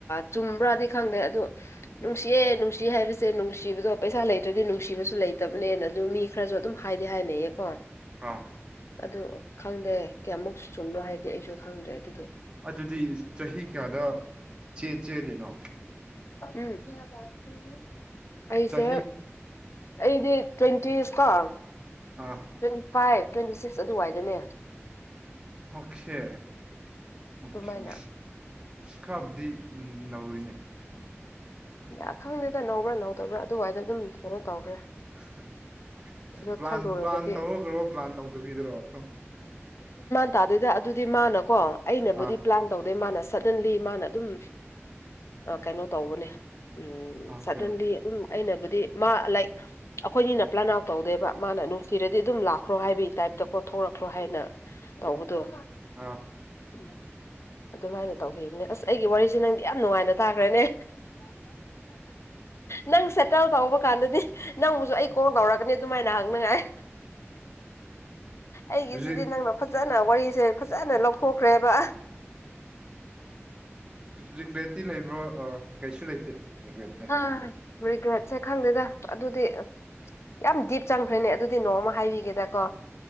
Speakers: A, on the left; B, on the right.
A: ꯆꯨꯝꯕ꯭ꯔꯥꯗꯤ ꯈꯪꯗꯦ ꯑꯗꯨꯗꯣ ꯅꯨꯡꯁꯤꯌꯦ ꯅꯨꯡꯁꯤ ꯍꯥꯏꯕꯁꯦ ꯅꯨꯡꯁꯤꯕꯗꯣ ꯄꯩꯁꯥ ꯆꯥ ꯂꯩꯇ꯭ꯔꯗꯤ ꯅꯨꯡꯁꯤꯕꯁꯨ ꯂꯩꯇꯕꯅꯦꯅ ꯑꯗꯨ ꯃꯤ ꯈꯔꯁꯨ ꯑꯗꯨꯝ ꯍꯥꯏꯗꯤ ꯍꯥꯏꯅꯩꯌꯦ ꯀꯣ
B: ꯑꯥ
A: ꯑꯗꯨ ꯈꯪꯗꯦ ꯀꯌꯥꯃꯨꯛ ꯆꯨꯝꯕꯣ ꯍꯥꯏꯕꯗꯤ ꯑꯩꯁꯨ ꯈꯪꯗ꯭ꯔꯦ ꯑꯗꯨꯗꯤ
B: ꯑꯗꯨꯗꯤ ꯆꯍꯤ ꯀꯌꯥꯗ ꯆꯦ ꯆꯦꯜꯂꯤꯅꯣ
A: ꯎꯝ ꯑꯩꯁꯦ
B: ꯆꯍꯤ
A: ꯑꯩꯗꯤ ꯇ꯭ꯋꯦꯟꯇꯤ ꯏꯁꯇꯥ
B: ꯑꯥ
A: ꯇ꯭ꯋꯦꯟꯇꯤ ꯐꯥꯏꯚ ꯇ꯭ꯋꯦꯟꯇꯤ ꯁꯤꯛꯁ ꯑꯗꯨꯋꯥꯏꯗꯅꯦ
B: ꯑꯣꯁꯦ ꯑꯣꯦ
A: ꯑꯗꯨꯃꯥꯏꯅ
B: ꯈꯥꯕꯗꯤ ꯎꯝ ꯅꯧꯋꯤꯅꯦ
A: ꯌꯥ ꯈꯪꯗꯦꯗ ꯅꯧꯕ꯭ꯔꯥ ꯅꯧꯗꯕ꯭ꯔꯥ ꯑꯗꯨꯋꯥꯏꯗ ꯑꯗꯨꯝ ꯀꯩꯅꯣ ꯇꯧꯈ꯭ꯔꯦ
B: <unintelligible>
A: ꯑꯗꯣ
B: ꯄ꯭ꯂꯥꯟ
A: ꯈꯜꯂꯨꯔꯒꯗꯤ
B: ꯄ꯭ꯂꯥꯟ ꯇꯧꯔꯈ꯭ꯔꯣ ꯄ꯭ꯂꯥꯟ ꯇꯧꯗꯕꯤꯗꯔꯣꯝ
A: ꯇꯥꯗꯗ ꯑꯗꯨꯗꯤ ꯃꯥꯅꯀꯣ ꯑꯩꯅꯕꯨꯗꯤ
B: ꯑꯥ
A: ꯄ꯭ꯂꯥꯟ ꯇꯧ ꯑꯗꯩ ꯃꯥꯅ ꯁꯗꯟꯂꯤ ꯃꯥꯅ ꯑꯗꯨꯝ ꯀꯩꯅꯣ ꯇꯧꯕꯅꯦ ꯎꯝ
B: ꯑꯣꯀꯦ
A: ꯁꯗꯟꯂꯤ ꯑꯗꯨꯝ ꯑꯩꯅꯕꯨꯗꯤ ꯃꯥ ꯂꯥꯏꯛ ꯑꯩꯈꯣꯏꯅꯤꯅ ꯄ꯭ꯂꯅꯥꯎ ꯇꯧꯗꯦꯕ ꯃꯥꯅ ꯅꯨꯡꯁꯤꯔꯗꯤ ꯑꯗꯨꯝ ꯂꯥꯛꯈ꯭ꯔꯣ ꯍꯥꯏꯕꯤꯒꯤ ꯇꯥꯏꯞꯇꯀꯣꯊꯣꯔꯛꯈ꯭ꯔꯣ ꯍꯥꯏꯅ ꯇꯧꯕꯗꯣ
B: ꯑꯥ
A: ꯎꯝ ꯑꯗꯨꯃꯥꯏꯅ ꯇꯧꯈꯤꯕꯅꯦ ꯑꯁ ꯑꯩꯒꯤ ꯋꯥꯔꯤꯁꯦ ꯅꯪꯗꯤ ꯌꯥꯝ ꯅꯨꯡꯉꯥꯏꯅ ꯇꯥꯈ꯭ꯔꯦꯅꯦ ꯅꯪ ꯁꯦꯇꯜ ꯇꯧꯕ ꯀꯥꯟꯗꯗꯤ ꯅꯪꯕꯨꯁꯨ ꯑꯩ ꯀꯣꯜ ꯀꯧꯔꯛꯀꯅꯤ ꯑꯗꯨꯃꯥꯏꯅ ꯍꯪꯅꯉꯥꯏ ꯑꯩꯒꯤꯁꯤꯗꯤ
B: ꯔꯤꯛ
A: ꯅꯪꯅ ꯐꯖ ꯐꯖꯅ ꯋꯥꯔꯤꯁꯦ ꯐꯖꯅ ꯂꯧꯊꯣꯛꯈ꯭ꯔꯦꯕ
B: ꯔꯤꯒꯦꯠꯇꯤ ꯂꯩꯕ꯭ꯔꯣ ꯑꯥ ꯀꯩꯁꯨ ꯂꯩꯇꯦ ꯔꯤꯒ꯭ꯔꯦꯠꯇꯤ
A: ꯑ ꯔꯤꯒ꯭ꯔꯦꯠꯁꯦ ꯈꯪꯗꯦꯗ ꯑꯗꯨꯗꯤ ꯌꯥꯝ ꯗꯤꯞ ꯆꯪꯈ꯭ꯔꯦꯅꯦ ꯑꯗꯨꯗꯤ ꯅꯣꯡꯃ ꯍꯥꯏꯕꯤꯒꯦꯗꯀꯣ